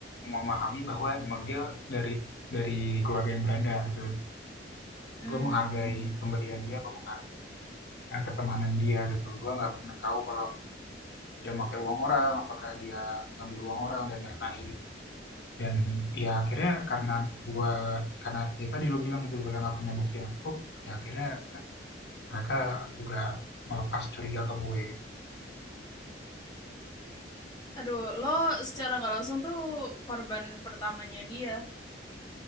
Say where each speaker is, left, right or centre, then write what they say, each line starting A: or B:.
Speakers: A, on the left; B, on the left.
A: memahami bahwa memang dia dari dari keluarga yang berada gitu.
B: hmm
A: Gue menghargai pemberian dia, gue menghargai eh, pertemanan dia gitu. Gue nggak pernah tahu kalau dia pakai uang orang, apakah dia ngambil uang orang dan lain-lain. dan ya akhirnya karena gua karena ya tadi lo bilang gitu mereka nggak punya bukti yang cukup ya akhirnya mereka juga melepas curiga ke gue
B: aduh, lo secara nggak langsung tuh korban pertamanya dia,